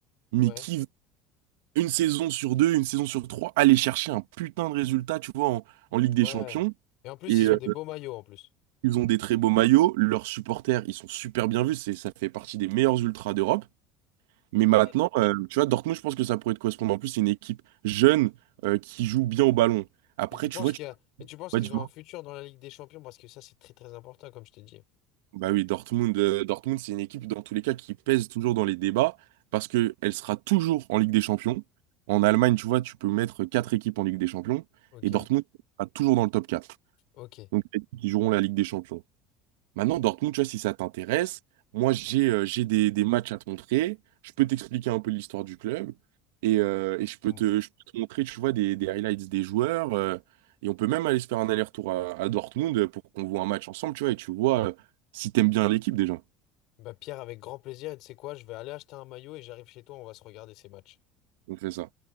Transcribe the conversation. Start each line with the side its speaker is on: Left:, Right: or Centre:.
Right: mais
Left: ouais,
Right: qui, une saison sur deux, une saison sur trois, aller chercher un putain de résultat, tu vois, en, en Ligue des
Left: ouais.
Right: Champions.
Left: Et en plus,
Right: Et
Left: ils
Right: euh,
Left: ont des beaux maillots en plus.
Right: ils ont des très beaux maillots. Leurs supporters, ils sont super bien vus. C'est, ça fait partie des meilleurs ultras d'Europe. Mais
Left: Ok.
Right: maintenant, euh, tu vois, Dortmund, je pense que ça pourrait te correspondre. En plus, c'est une équipe jeune euh, qui joue bien au ballon. Après,
Left: Et tu
Right: tu
Left: penses
Right: vois,
Left: qu'il
Right: tu
Left: y a... Et tu penses
Right: vois,
Left: qu'ils
Right: du moins-
Left: ont un futur dans la Ligue des Champions parce que ça, c'est très très important, comme je t'ai dit.
Right: Bah oui, Dortmund, euh, Dortmund, c'est une équipe, dans tous les cas, qui pèse toujours dans les débats parce qu'elle sera toujours en Ligue des Champions. En Allemagne, tu vois, tu peux mettre quatre équipes en Ligue des Champions
Left: Ok,
Right: et Dortmund sera toujours dans le top 4.
Left: ok.
Right: Donc, les équipes qui joueront la Ligue des Champions. Maintenant, Dortmund, tu vois, si ça t'intéresse, moi, j'ai euh, j'ai des, des matchs à te montrer. Je peux t'expliquer un peu l'histoire du club et, euh, et je peux
Left: Mm.
Right: te, je peux te montrer, tu vois, des, des highlights des joueurs. euh, et on peut même aller se faire un aller-retour à, à Dortmund pour qu'on voit un match ensemble, tu vois, et tu vois euh, si t'aimes bien l'équipe déjà.
Left: Bah Pierre, avec grand plaisir, et tu sais quoi, je vais aller acheter un maillot et j'arrive chez toi, on va se regarder ces matchs.
Right: On fait ça.